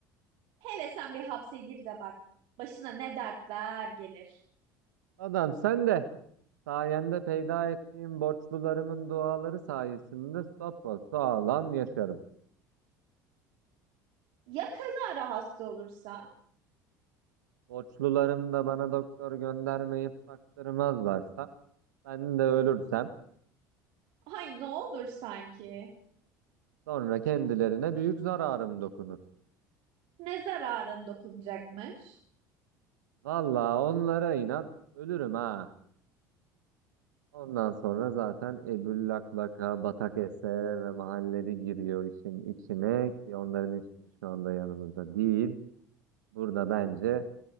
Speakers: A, on the right (about 65°); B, on the right (about 80°).
A: Hele sen bir hapse gir de bak. Başına ne dertler gelir.
B: Adam sen de sayende peyda ettiğim borçlularımın duaları sayesinde sapasağlam yaşarım.
A: Ya kazara hasta olursa?
B: Borçlularım da bana doktor göndermeyip baktırmazlarsa ben de ölürsem
A: Ay ne olur sanki.
B: sonra kendilerine büyük zararım dokunur.
A: Ne zararın dokunacakmış?
B: Valla onlara inat ölürüm ha. Ondan sonra zaten Ebüllak Laka, Batak Ese ve mahalleli giriyor işin içine ki onların hiçbiri şu anda yanımızda değil. Burada bence